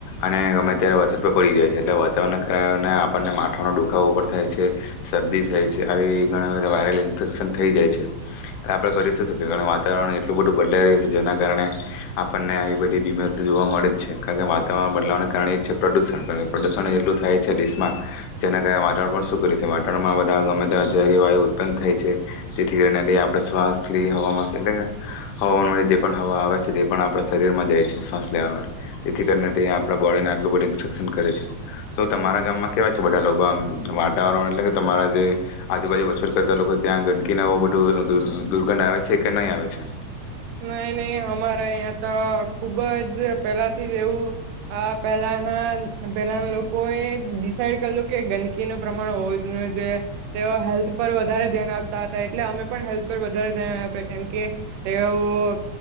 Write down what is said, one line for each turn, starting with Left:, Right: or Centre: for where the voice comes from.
Left: અને ગમે ત્યારે વરસાદ પણ પડી જાય છે એટલે વાતાવરણના કારણે આપણને માથાનો દુખાવો પણ થાય છે, શરદી થાય છે, આવી ઘણા બધા વાયરલ ઇન્ફેક્શન થઈ જાય છે. આપણે કરી શું શકીએ વાતાવરણ એટલું બધું બદલાઈ રહ્યું છે, જેના કારણે આપણને આવી બધી બીમારી જોવા મળે જ છે, કારણ કે વાતાવરણ બદલાવાને કારણે છે પ્રદુષણ, કારણ કે પ્રદુષણ એટલું થાય છે દેશમાં જેના કારણે વાતાવરણ શું કર છે વાતાવરણમાં ગમે ત્યારે જેહરી વાયુ ઉત્પન્ન થાય છે, તેથી કરીને એ આપડે શ્વાસ લીએ હવામાં <unintelligible> હવામાન જે પણ હવા આવે છે, જે પણ આપણા શરીરમાં જાય છે, શ્વાસ લેવા તેથી કરીને તે આપણા બોડીને આટલું બધું ઇન્ફેક્શન કરે છે, તો તમારા ગામમાં કેવા છે બધા લોકો આમ વાતાવરણ એટલે કે, તમારા જે આજુબાજુ મચ્છર કરતા લોકો ત્યાં ગંદકીને એ ઉ દૂર દૂર દુર્ગંધ આવે છે કે નહીં આવે છે?
Right: નહી નહી હમારે અયા ત ખુબ જ પહેલાથી એવું અ પહેલાના પેલાના લોકોએ ડિસાઇડ કરલું કે ગંદકીનું પ્રમાણ હોવું જ ન જોઈ, તેઓ હેલ્થ પર વધારે ધ્યાન આપતા હતા, એટલે અમે પણ હેલ્થ પર વધારે ધ્યાન આપ્યા, કેમકે તેઓ